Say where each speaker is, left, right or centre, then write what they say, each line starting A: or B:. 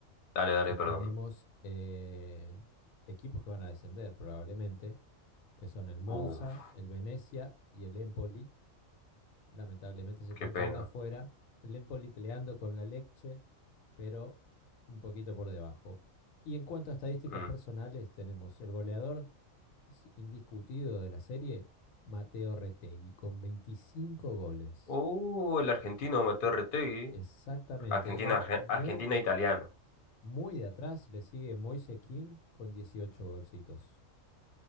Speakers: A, on the left; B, on the left.
A: Dale, dale,
B: que tenemos
A: perdón.
B: eh, equipos que van a descender probablemente, que son el Monza,
A: Uf,
B: el Venecia y el Empoli. Lamentablemente se están
A: qué pena.
B: quedando afuera. El Empoli peleando con la Lecce, pero un poquito por debajo. Y en cuanto a estadísticas
A: Mm.
B: personales, tenemos el goleador indiscutido de la serie, Mateo Retegui, con 25 goles.
A: Uh, el argentino Mateo Retegui.
B: Exactamente.
A: Argentina,
B: De at-
A: arge-
B: mu-
A: Argentina italiano.
B: muy, de atrás le sigue Moise Kean con 18 golcitos.